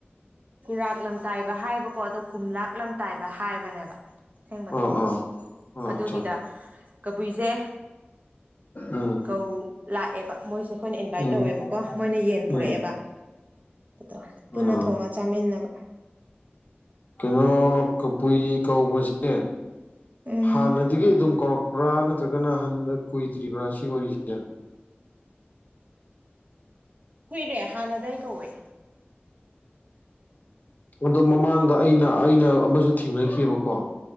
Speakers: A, on the right; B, on the left.
A: ꯈꯨꯨꯔꯥꯛ ꯂꯝꯇꯥꯏꯕ ꯍꯥꯏꯕꯀꯣ ꯑꯗꯣ ꯀꯨꯝꯝꯂꯥꯛ ꯂꯝꯇꯥꯏꯕ ꯍꯥꯏꯕꯅꯦꯕ ꯑꯁꯦꯡꯕꯗꯤ
B: ꯑꯥ ꯑꯥ
A: ꯑꯗꯨꯒꯤꯗ
B: ꯑꯠꯆꯥ
A: ꯀꯕꯨꯏꯁꯦ
B: ꯎꯝ
A: ꯀꯧ ꯂꯥꯛꯑꯦꯕ ꯃꯣꯏꯁꯦ ꯑꯩꯈꯣꯏꯅ ꯏꯟꯚꯥꯏꯠ
B: ꯎꯝ
A: ꯇꯧꯋꯦꯕꯀꯣ ꯃꯣꯏꯅ ꯌꯦꯟ
B: ꯎꯝ
A: ꯄꯨꯔꯛꯑꯦꯕ ꯑꯗꯣ ꯄꯨꯟꯅ
B: ꯑꯥ
A: ꯊꯣꯡꯉ ꯆꯥꯃꯤꯟꯅꯕ
B: ꯀꯩꯅꯣ ꯀꯕꯨꯏ ꯀꯧꯕꯁꯦ
A: ꯎꯝ
B: ꯍꯥꯟꯅꯗꯒꯤ ꯑꯗꯨꯝ ꯀꯧꯔꯛꯄ꯭ꯔꯥ ꯅꯠꯇ꯭ꯔꯒꯅ ꯑꯍꯟꯗ ꯀꯨꯏꯗ꯭ꯔꯤꯕ꯭ꯔꯥ ꯁꯤ ꯋꯥꯔꯤꯁꯤꯁꯦ
A: ꯀꯨꯏꯔꯦ ꯍꯥꯟꯅꯗꯒꯤ ꯑꯩ ꯀꯧꯔꯦ
B: ꯎꯝ ꯑꯗꯣ ꯃꯃꯥꯡꯗ ꯑꯩꯅ ꯑꯩꯅ ꯑꯃꯁꯨ ꯊꯦꯡꯅꯑꯕꯀꯣ